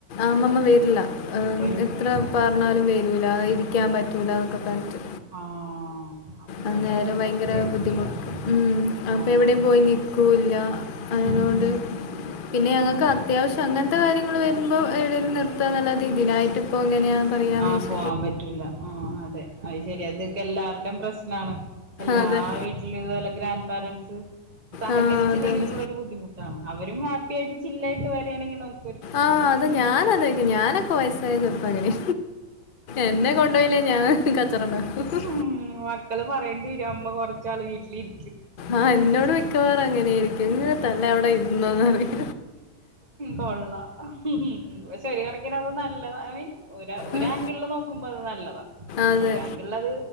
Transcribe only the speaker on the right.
വരൂല
ആഹ്
ആഹ്. അപ്പൊ
പിന്നെ
ചെയ്യാൻ
പറ്റൂല
ആഹ്
ഉം ഉം ഉം
ഉം
ആഹ്
പോവാൻ പറ്റൂല, ആഹ് അതെ അത് ശെരിയാ, ഇതൊക്കെ എല്ലാർടെം പ്രശ്നാണ്. എല്ലാ
വീട്ടിലും ഇതുപോല്ലെ ഗ്രാൻഡ് പാരൻ്റ്സ്, സഹകരിച്ചില്ലെങ്കിലുള്ള
ഒരു ബുദ്ധിമുട്ടാണ്, അവരും ഹാപ്പി ആയിട്ട് ചില്ലായിട്ട് വരാണെങ്കി നമ്
ഉം മക്കള് പറയേണ്ടി വരും അമ്മ കൊറച്ചാൾ വീട്ടിലിരി
കൊള്ളാം പക്ഷേ ഒരു കണ ക്കിന് അത് നല്ലതാണ് ഐ മീൻ ഒര് ഒരാങ്കിളിൽ
നോക്കുമ്പോഅത് നല്ലത
ഒരാങ്ക് ങ്കിളില്ലത്